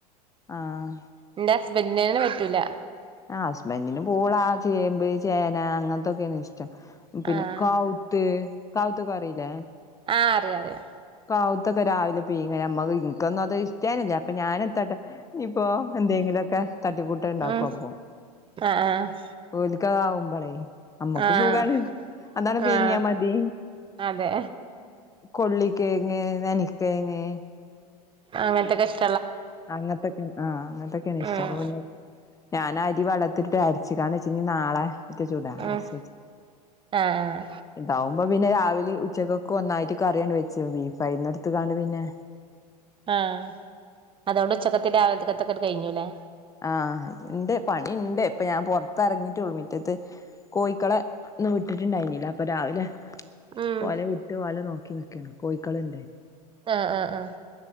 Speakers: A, on the left; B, on the right.
A: ആഹ്
B: ഇന്റെ ഹസ്ബൻന്റെന്ന് പറ്റൂല്ലാ.
A: ആ ഹസ്ബന്റിന് പൂളാ, ചേമ്പ്, ചേന അങ്ങനെത്തൊക്കേണ് ഷ് ഷ്ടം പിന്നെ
B: ആഹ്
A: കാവുത്ത് കാവ് ത്തൊക്കെ അറീല്ലേ?
B: ആഹ് അറിയാ അറിയാ
A: കാവുത്തൊക്കെ രാവിലെ പീങ്ങാ. യമ്മക്ക് ഇൻക്കൊന്നത് ഷ് റ്റേനില്ലാ. അപ്പ ഞാനെത്താട്ടും ഇപ്പോ എന്തെങ്കിലൊക്കെ തട്ടിക്കൂട്ട് ഉണ്ടാക്കും
B: ഉം
A: അപ്പം
B: ആഹ് ആഹ്
A: ഓലിക്ക ആവുമ്പോളേ നമ്മക്ക്
B: ആഹ്
A: സുഖാണ് അതാണ് പീങ്ങിയാ
B: ആഹ്
A: മതി
B: അതെ
A: കൊള് <unintelligible>
B: അങ്ങനത്തെ കഷ്
A: അങ്ങനത്തൊക്ക ആഹ് അങ്ങനത്തൊക്കെയാണ് ഇഷ്ടം
B: ഉം
A: അപ്പൊ പിന്നെ ഞാന അരി വളത്തിട്ട് അരിച്ചടാന്ന് വെച്ച് നാളെ മറ്റ ചൂടാ
B: ഉം
A: ശെരി
B: ആഹ്
A: ഇതാവുമ്പോ പിന്നെ രാവിലെ ഉ ച്ചകൾക്ക് ഒന്നായിട്ട് കറിയണ്ട് വെച്ചു ബീഫയിന്നടുത്തു കാണ്ട് പിന്നെ
B: ആഹ അതുകൊണ്ട് ഉച്ചക്കത്തെ രാവിലത്തെ ത്തൊക്കട്ട് കഴിഞ്ഞല്ലേ
A: ആഹ ഉണ്ട് പണിണ്ട് ഇപ്പൊ ഞാൻ പൊറത്ത്റങ്ങിട്ടുള്ളു മിറ്റത്ത് കോഴിക്കള ഒന്ന് വിട്ടിട്ടുണ്ടായിനില്ല അപ്പൊ രാവിലെ
B: ഉം
A: ഓലെ വിട്ടു ഓലെ നോക്കിന്ന് കോയിക്കളുണ്ട്
B: ആഹ ആഹ ആഹ